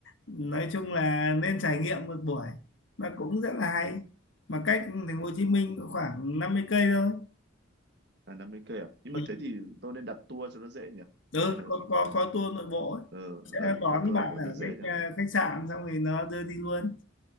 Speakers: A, on the left; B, on the right.
A: nói chung là nên trải nghiệm một buổi nó cũng rất là hay mà cách thành phố Hồ Chí Minh có khoảng 50 cây thôi
B: là 50 cây à nhưng
A: Ừ.
B: mà thế thì tôi nên đặt tour cho nó dễ nhỉ
A: ừ
B: hay là
A: có có có tour nội bộ ấy.
B: ờ
A: sẽ
B: là
A: đón
B: là tour
A: bạn
B: nội bộ
A: ở
B: cho dễ
A: khách
B: nhỉ
A: ờ, khách sạn xong thì nó đưa đi luôn